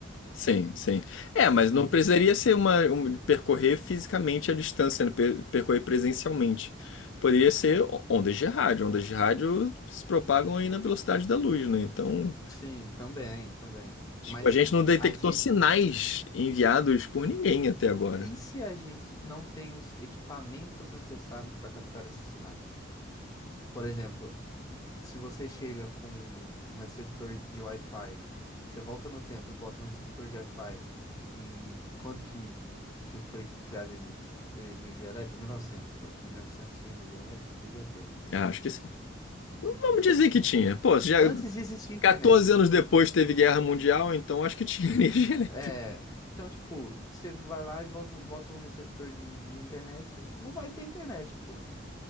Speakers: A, on the left; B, on the left.
A: Sim, sim. É, mas
B: E
A: não precisaria ser uma, um- percorrer fisicamente a distância, né? Per- percorrer presencialmente. Poderia ser o- ondas de rádio. Ondas de rádio se propagam aí na velocidade da luz, né? Então,
B: sim, também, também.
A: tipo,
B: Mas
A: a gente não detectou
B: a gente.
A: sinais enviados por ninguém até agora.
B: E se a gente não tem os equipamentos necessários para captar esses sinais? Por exemplo, Se você chega com um receptor de Wi-Fi, você volta no tempo e bota um receptor de Wi-Fi em quando que, que foi criada e- energia elétrica? 1900. por- 1900 tinha energia elétrica? Devia ter, né?
A: Ah, acho que sim. Vamos
B: Enfim.
A: dizer que tinha. Pô, já
B: Antes de existir internet.
A: 14 anos depois teve guerra mundial, então acho que tinha <laughs> energia elétrica.
B: É. Então, tipo, você vai lá e volta, bota um receptor de, de internet e não vai ter internet, pô.